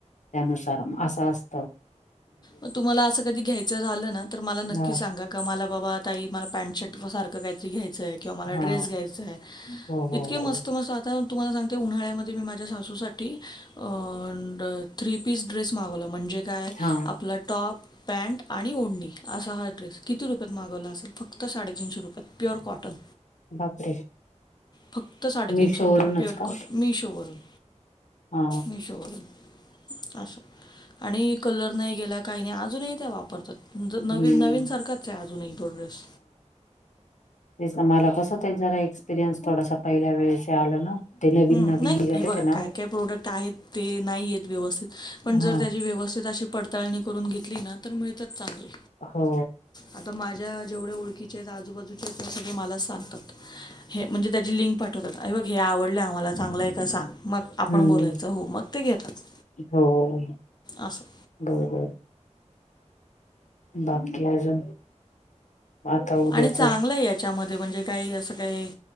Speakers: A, on the left (about 75°); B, on the left (about 35°).
A: त्यानुसार असं असत.
B: मग तुम्हाला असं कधी घ्यायचं झालं ना, तर मला नक्की
A: हा
B: सांगा. का मला बाबा ताई मला पॅन्ट शर्ट सारखं काहीतरी घ्यायचं आहे. किंवा मला
A: हा
B: ड्रेस घ्यायचा आहे.
A: हो हो
B: इतके
A: हो
B: मस्त मस्त आता तुम्हाला सांगते उन्हाळ्यामध्ये मी माझ्या सासूसाठी अअ थ्री पीस ड्रेस मागवला म्हणजे. काय
A: हा
B: आपला टॉप पॅन्ट आणि ओडणी असा ह. किती रुपयात मागवला असेल फक्त साडेतीनशे रुपयात प्युअर कॉटन.
A: बापरे.
B: फक्त साडेतीनशे
A: मिशो
B: रुपयात
A: वरूनच
B: प्युअर
A: का
B: कॉटनमी मिशोवरून
A: हा
B: मिशोवरून. असं आणि कलर नाही गेला काही नाही अजूनही त्या वापर. वापरतात
A: हम्म
B: नवीन नवीन सारखाच आहे अजूनही तो ड्रेस.
A: ते मला कसं ते जरा एक्सपिरियन्स थोडासा पहिल्या वेळचे आलं ना. ते नवीन
B: ह
A: नवीन
B: नाही
A: निघाले
B: हे बघा
A: ते ना
B: काय काय प्रोडक्ट आहेत ते नाही आहेत व्यवस्थित पण जर
A: हा
B: त्याची व्यवस्थित अशी. पडताळणी करून घेतली ना तर मिळतच चांगले.
A: हो
B: आता माझ्या जेवढ्या ओळखीचे आहेत आजूबाजूचे आहेत ते सगळे मला सांगतात. हे म्हणजे त्याची लिंक पाठवतात ऐ बघ हे आवडलं आम्हाला चांगलं आहे का सांग मग. आपण
A: हम्म
B: बोलायचं हो मग ते घेतात.
A: हो हो.
B: असं.
A: बरोबर, बाकी काय अजून? आता उद्याच
B: आणि चांगलंय याच्यामध्ये, म्हणजे काही, असं काही